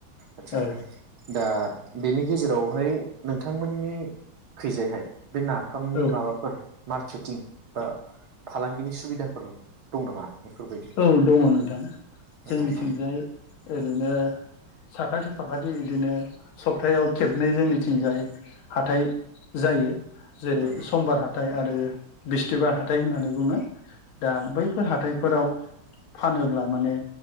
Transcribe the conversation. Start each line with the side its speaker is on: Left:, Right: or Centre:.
Right: आदसा
Left: औ
Right: दा बेनि गेजेरावहाय नोंथांमोननि खैजायहाय बे नाफामनि
Left: औ
Right: माबाफोर मार्केटिं दा फालांगिनि सुबिदाफोर दं नामा? बेफोरबायदि
Left: औ दङ नोंथां।
Right: दंना
Left: जोंनिथिंजाय ओरैनो साखाथि फाखाथि बिदिनो सप्तायाव खेबनै जों मिथिंजाय हाथाय जायो। जेरै
Right: ओं
Left: समबार हाथाय हाथाय आरो बिस्थिबार हाथाय होननानै बुङो। दा बैफोर हाथायफोराव फानोब्ला माने